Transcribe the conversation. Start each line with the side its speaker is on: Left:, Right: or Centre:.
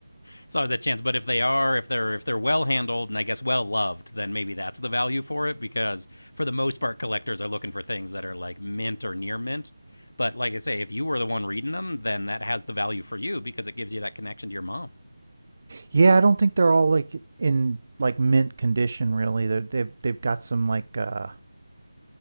Left: It's always that chance. But if they are, if they're if they're well handled and I guess well loved, then maybe that's the value for it because for the most part, collectors are looking for things that are like mint or near mint. But like I say, if you were the one reading them, then that has the value for you because it gives you that connection to your mom.
Right: Yeah, I don't think they're all like in like mint condition really. They're, they've they've got some like uh